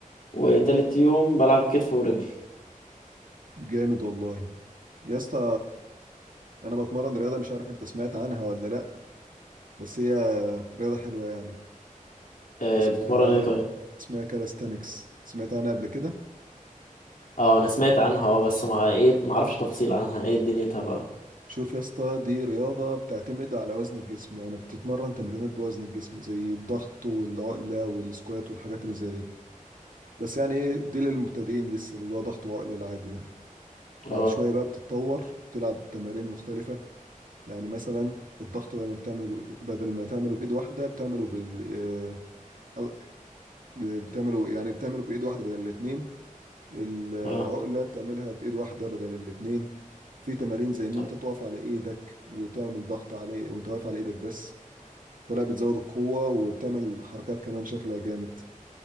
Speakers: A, on the left; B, on the right.
A: وتالت يوم بلعب كتف ورجل
B: جامد والله يا اسطى انا بتمرن رياضه مش عارف انت سمعت عنها ولا لا بس هي رياضه حلوه يعني
A: آه،
B: اسمها
A: بتمرن ايه طيب
B: اسمها كالستانكس سمعت عنها قبل كده
A: اه انا سمعت عنها اه بس مع ايه ما اعرفش تفاصيل عنها ايه دنيتها بقى
B: شوف يا اسطى دي رياضه بتعتمد على وزن الجسم يعني بتتمرن تمرينات بوزن الجسم زي الضغط والعقله والسكوات والحاجات اللي زي دي بس يعني ايه دي للمبتدئين لسه اللي هو ضغط وعقله العادي ده بعد
A: اه
B: شويه بقى بتتطور تلعب تمارين مختلفه يعني مثلا الضغط بدل ما بتعمل بدل ما تعمله بايد واحده بتعمله بال آه، بتعمله يعني بتعمله بايد واحده بدل الاتنين العقله
A: اه
B: بتعملها بايد واحده بدل الاتنين في تمارين زي ان
A: طب
B: انت تقف على ايدك وتعمل ضغط على وانت واقف على ايدك بس فلا بتزود القوه وبتعمل حركات كمان شكلها جامد